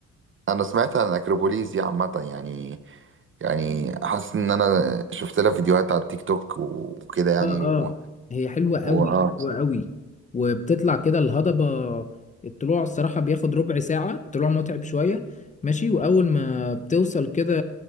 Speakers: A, on the right (about 40°); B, on the left (about 25°).
A: انا سمعت عن الاكروبوليس دي عامه يعني يعني حاسس ان انا شفت لها فيديوهات على التيك توك وكده يعني
B: اه اه
A: و...
B: هي حلوة قوي
A: و... آه.
B: حلوة قوي وبتطلع كده الهضبة الطلوع الصراحة بياخد ربع ساعة الطلوع متعب شوية ماشي وأول ما بتوصل كده